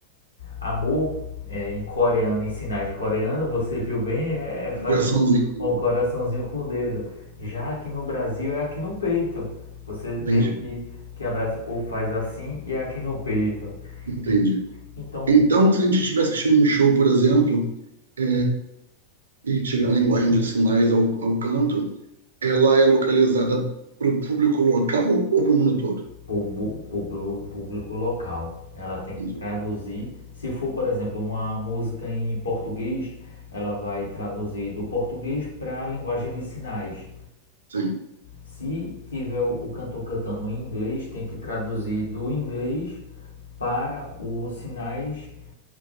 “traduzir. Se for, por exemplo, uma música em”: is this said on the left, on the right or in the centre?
Left